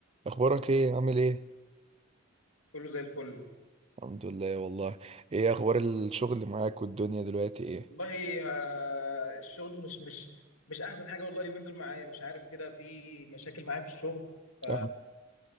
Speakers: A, on the right; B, on the left.
A: اخبارك ايه عامل ايه
B: كله زي الفل
A: الحمد لله والله ايه اخبار الشغل اللي معاك والدنيا دلوقتي ايه
B: والله آه، الشغل مش مش مش احسن حاجه والله اليومين دول معايا مش عارف كده في مشاكل معايا في الشغل ف
A: تمام.